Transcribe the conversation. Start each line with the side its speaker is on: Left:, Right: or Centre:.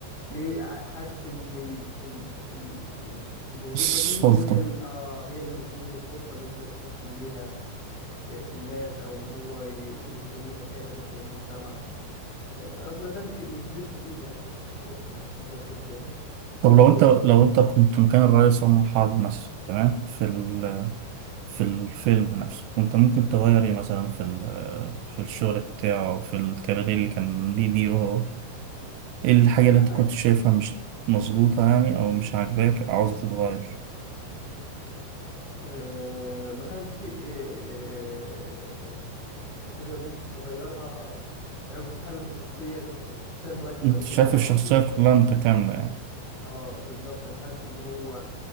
Left: ليه ع- حاسس ان ال ال ال ال الوظيفه
Right: السلطة
Left: دي هي ال- اه هي اللي هتجيب له السلطه اللي يقدر يتحكم بيها آه، في الناس او ان هو ي- يبقى ليه مكانه داخل المجتمع آه، رغم ان ده مش مش دي الحقيقه يعني بس مش مشكله عشان ما نروحش في داهيه
Right: طب
Left: <laughs>
Right: لو أنت لو أنت كنت مكان الرئيس عمر حرب مثلا تمام في
Left: مم.
Right: ال... في الفيلم نفسه كنت ممكن تغير إيه مثلا في ال... في الشغل بتاعه أو في الكارير اللي كان بيديره هو إيه الحاجة
Left: لا
Right: اللي أنت كنت شايفها مش مظبوطة يعني أو مش عاجباك أو عاوزة تتغير
Left: آه، ما كانش في آه، يعني في حاجة ممكن تغيرها لأن أنا كنت حابب الشخصية ك- الشخصية المركبة
Right: أنت
Left: دي كلها
Right: شايف
Left: على
Right: الشخصية
Left: بعضيها
Right: كلها
Left: فاهم
Right: متكاملة يعني
Left: اه بالظبط أنا حاسس إن هو